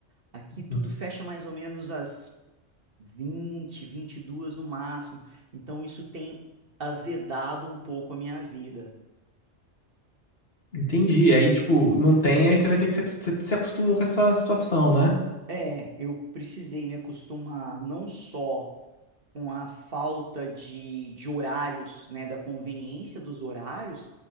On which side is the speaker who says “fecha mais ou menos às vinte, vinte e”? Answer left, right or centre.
Right